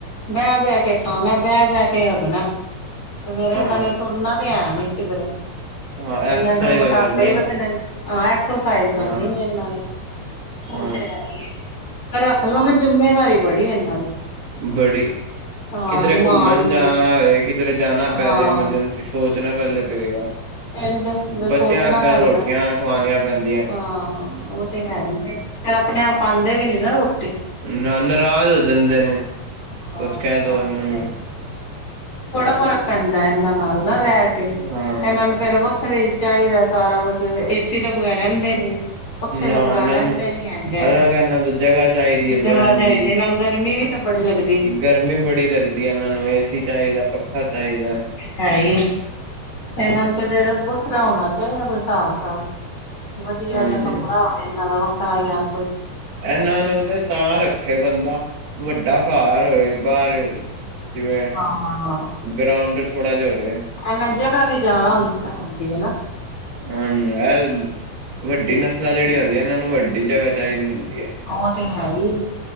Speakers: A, on the left; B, on the right.
A: ਬਹਿ-ਬਹਿ ਕੇ ਖਾਣਾ ਬਹਿ-ਬਹਿਕੇ ਹਗਣਾ। ਤੇ ਫੇਰ,
B: ਹਾਂ
A: ਇਹਨਾਂ ਨੇ ਤੁਰਨਾ ਤੇ ਹੈ ਨੀ ਕਿਧਰੇ।
B: ਹਾਂ
A: ਫਿਰ
B: ਐਕਸਰਸਾਈਜ਼
A: ਮੋਟਾਪੇ
B: ਕੋਈ ਕਰਨੀ
A: ਈ
B: ਨੀ
A: ਵੱਧਣੇਨ, ਹਾਂ, ਐਕਸਰਸਾਈਜ਼ ਕਰਨੀ
B: ਹਾਂ
A: ਨੀ ਇਹਨਾਂ ਨੇ। ਉਹ
B: ਹਾਂ।
A: ਤੇ ਹੈ ਹੀ ਏ ਪਰ ਰੱਖ ਲਓ ਨਾ, ਜੁੰਮੇਵਾਰੀ ਬੜੀ ਏ ਇਹਨਾਂ ਦੀ।
B: ਬੜੀ।
A: ਹਾਂ
B: ਕਿਧਰੇ
A: ਨਿਭਾਣ
B: ਘੁੰਮਣ ਜਾਣਾ
A: ਦੀ
B: ਹੋਏ, ਕਿਧਰੇ ਜਾਣਾ ਪੈਜੇ
A: ਹਾਂ
B: ਐਮਰਜੈਂਸੀ ਸੋਚਣਾ ਪਹਿਲੇ ਪਏਗਾ।
A: ਇਹਨ ਤੇ
B: ਬੱਚਿਆਂ
A: ਸੋਚਣਾ
B: ਅਕਣ
A: ਪੈਂਦਾ,
B: ਰੋਟੀਆਂ ਖਵਾਣੀਆਂ ਪੈਂਦੀਆਂ
A: ਹਾਂ, ਓ ਤੇ ਹੈਹੀ ਏ, ਫਿਰ ਅਪਣੇ-ਆਪ ਖਾਂਦੇ ਵੀ ਨੀ ਨਾ ਰੋਟੀ।
B: ਨਾਂ, ਨਰਾਜ਼ ਹੋ ਜਾਂਦੇ ਨੇ,
A: ਹਾਂ
B: ਕੁੱਛ ਕਹਿਦੋ
A: ਉਹ
B: ਇਹਨਾਂ
A: ਤੇ
B: ਨੂੰ।
A: ਹੈ ਹੀ ਬੜਾ ਫਰਕ ਪੈਂਦਾ ਇਹਨਾਂ ਨਾਲ ਨਾ ਰਹਿ ਕੇ,
B: ਹਾਂ
A: ਇਹਨਾਂ ਨੂੰ ਫੇਰ ਵੱਖਰੇ ਈ ਚਾਹੀਦਾ ਸਾਰਾ ਕੁਛ, ਏਸੀ ਤੋ ਬਗੈਰਾ ਰਹਿੰਦੇ ਨੀ। ਪੱਖੇ
B: ਨਾ
A: ਤੋ ਬਗੈਰ
B: ਇਹਨਾਂ
A: ਰਹਿੰਦੇ
B: ਨੂੰ
A: ਨੀ ਹੈਗੇ,
B: ਅਲੱਗ ਇਹਨਾਂ ਤੋਂ ਜਗ੍ਹਾ ਚਾਹੀਦੀ ਹੈ ਬਹਿਣ
A: ਜਗ੍ਹਾ ਚਾਹੀਦੇ
B: ਦੀ
A: ਇਹਨਾਂ ਨੂੰ ਗਰਮੀ ਵੀ ਬੜੀ ਲੱਗ
B: ਗਰਮੀ ਬੜੀ ਲੱਗਦੀ ਏ ਇਹਨਾਂ ਨੂੰ, ਏਸੀ ਚਾਹੀਦਾ, ਪੱਖਾ ਚਾਹੀਦਾ।
A: ਹੈਹੀਏ, ਇਹਨਾਂ ਨੂੰ ਤੇ ਫੇਰ ਵੱਖਰਾ ਹੋਣਾ ਚਾਹੀਦਾ ਕੋਈ ਹਿਸਾਬ-ਕਤਾਬ। ਵਧੀਆ
B: ਹਾਂਜੀ
A: ਜੇਆ ਕਮਰਾ ਹੋਵੇ ਇਹਨਾਂ ਦਾ ਵੱਖਰਾ ਜੇਆ,
B: ਇਹਨਾਂ ਨੂੰ ਤੇ ਤਾਂ ਰੱਖੇ ਬੰਦਾ, ਵੱਡਾ ਘਰ ਹੋਏ ਬਾਹਰ, ਜਿਵੇਂ
A: ਹਾਂ
B: ਗਰਾਊਂਡ ਥੋੜਾ ਜਿਹਾ ਹੋਵੇ,
A: ਐਨਾਂ ਜਗ੍ਹਾ ਵੀ ਜ਼ਿਆਦਾ ਹੁੰ ਹੁੰਦੀ ਹਨਾ,
B: ਹਾਂਜੀ ਯਾਰ ਵੱਡੀ ਨਸਲਾਂ ਜਿਹੜੀਆਂ ਹੁੰਦੀਆਂ ਨੇ, ਇਹਨਾਂ ਨੂੰ ਵੱਡੀ ਜਗ੍ਹਾ ਚਾਹੀਦੀ ਹੁੰਦੀ, ਹੈ
A: ਉਹ ਤੇ ਹੈ ਹੀ ਆ,